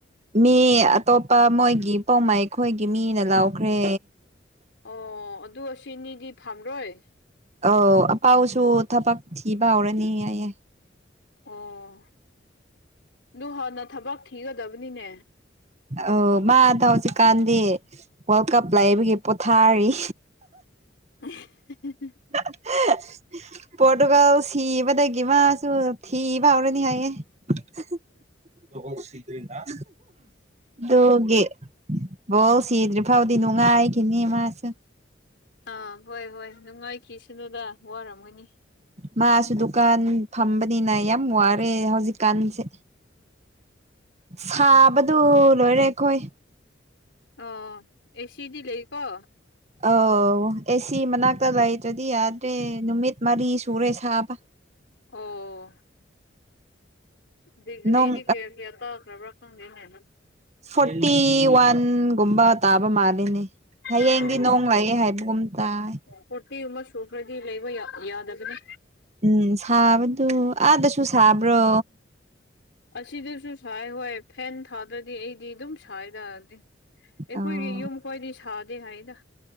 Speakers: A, on the right (about 35°); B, on the left (about 70°).
A: ꯃꯤ ꯑꯇꯣꯞꯄ ꯃꯣꯏꯒꯤ ꯄꯥꯎꯃꯩ ꯑꯩꯈꯣꯏꯒꯤ ꯃꯤꯅ ꯂꯥꯎꯈ꯭ꯔꯦ꯫
B: ꯑꯣ ꯑꯗꯨ ꯑꯁꯤꯅꯤꯗꯤ ꯐꯝꯔꯣꯏ꯫
A: ꯑꯧ ꯑꯄꯥꯎꯁꯨ ꯊꯕꯛ ꯊꯤꯕ ꯍꯧꯔꯅꯤ ꯍꯥꯏꯌꯦ꯫
B: ꯑꯣ ꯑꯗꯨ ꯍꯥꯟꯅ ꯊꯕꯛ ꯊꯤꯒꯗꯕꯅꯤꯅꯦ꯫
A: ꯑꯧ ꯃꯥꯗ ꯍꯧꯖꯤꯛꯀꯥꯟꯗꯤ ꯋꯥꯔꯜ ꯀꯞ ꯂꯩꯥꯛꯕꯒꯤ ꯄꯣꯊꯥꯔꯤ꯫
B: <unintelligible>
A: <unintelligible> ꯄꯣꯔꯇꯨꯒꯜ ꯁꯤꯕꯗꯒꯤ ꯃꯥꯁꯨ ꯊꯤꯕ ꯍꯧꯔꯅꯤ ꯍꯥꯏꯌꯦ꯫ <unintelligible> ꯗꯨꯒꯤ꯫ ꯕꯣ ꯁꯤꯗ꯭ꯔꯤ ꯐꯥꯎꯗꯤ ꯅꯨꯡꯉꯥꯏ ꯈꯤꯅꯤ ꯃꯁꯤ
B: ꯑꯥ ꯍꯣꯏ ꯍꯣꯏ ꯅꯨꯡꯉꯥꯏꯈꯤ ꯁꯅꯨꯗ ꯋꯥꯔꯝꯒꯅꯤ꯫
A: ꯃꯥꯁꯨ ꯗꯨꯀꯥꯟ ꯐꯝꯕꯅꯤꯅ ꯌꯥꯝ ꯋꯥꯔꯦ ꯍꯧꯖꯤꯛꯀꯥꯟꯁꯦ꯫ ꯁꯥꯕꯗꯨ ꯂꯣꯏꯔꯦ ꯑꯩꯈꯣꯏ꯫
B: ꯑꯧ ꯑꯦꯁꯤꯗꯤ ꯂꯩꯒꯀꯣ꯫
A: ꯑꯥꯎ ꯑꯦꯁꯤ ꯃꯅꯥꯛꯇ ꯂꯩꯇꯔꯗꯤ ꯌꯥꯗ꯭ꯔꯦ ꯅꯨꯃꯤꯠ ꯃꯔꯤ ꯁꯨꯔꯦ ꯁꯥꯕ꯫
B: ꯑꯣ꫰꫰ ꯗꯤꯒꯔꯤꯗꯤ
A: ꯅꯣꯡ
B: ꯀꯌꯥ ꯀꯌꯥ ꯇꯥ ꯈꯔꯕ ꯈꯪꯗꯦꯅꯦ꯫
A: ꯐꯣꯔꯇꯤ ꯋꯥꯟꯒꯨꯝꯕ ꯇꯥꯕ ꯃꯥꯜꯂꯤꯅꯦ꯫ ꯍꯌꯦꯡꯗꯤ
B: ꯑꯣ
A: ꯅꯣꯡ ꯂꯥꯛꯑꯦ ꯍꯥꯏꯕꯒꯨꯝ ꯇꯥꯏ
B: ꯐꯣꯇꯔꯤ ꯒꯨꯝꯕ ꯁꯨꯈꯔ ꯗꯤ ꯂꯩꯕ ꯌꯥ ꯌꯥꯗꯕꯅꯤ꯫
A: ꯎꯝ ꯁꯥꯕꯗꯨ ꯑꯥꯗꯁꯨ ꯁꯥꯕ꯭ꯔꯣ꯫
B: ꯑꯁꯤꯗꯁꯨ ꯁꯥꯏ ꯍꯣꯏ ꯐꯦꯟ ꯊꯥꯗ꯭ꯔꯗꯤ ꯑꯩꯗꯤ ꯑꯗꯨꯝ ꯁꯌꯦꯗ ꯑꯩꯈꯣꯏꯒꯤ
A: ꯑꯣ
B: ꯌꯨꯝ ꯈꯣꯏꯗꯤ ꯁꯥꯗꯦ ꯍꯥꯏꯌꯦꯗ꯫